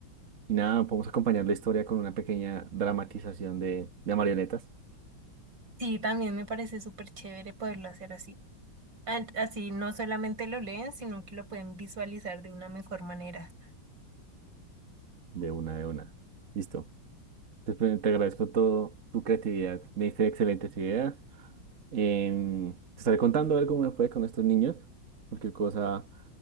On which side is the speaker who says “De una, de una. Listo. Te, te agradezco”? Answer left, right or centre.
Right